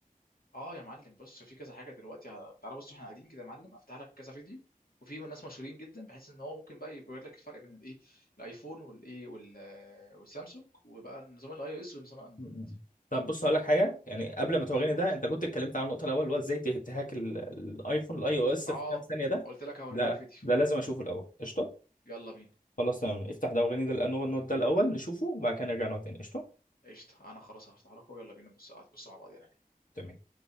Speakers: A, on the left; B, on the left.
A: اه يا معلم بص في كذا حاجه دلوقتي على... تعالى بص احنا قاعدين كده يا معلم افتح لك كذا فيديو وفي ناس مشهورين جدا بحيث ان هو ممكن بقى يبين لك الفرق بين الايه الايفون والايه وال... والسامسونج وبقى نظام الاي او اس ونظام الاندرويد
B: م-م. طب بص هقول لك حاجه يعني قبل ما توريني
A: قول
B: ده انت كنت اتكلمت عن النقطه الاول اللي هو ازاي ته- تهاك ال- الايفون الاي او اس
A: اه
B: في كام ثانيه ده
A: قلت لك هوريك
B: ده
A: فيديو
B: ده لازم اشوفه الاول قشطه
A: يلا بينا
B: خلاص تمام افتح ده وريني ده لانه هو النوت ده الاول نشوفه وبعد كده نرجع نقعد تاني قشطه
A: قشطه انا خلاص هفتح لك ويلا بينا بص هتبصوا مع بعض يعني
B: تمام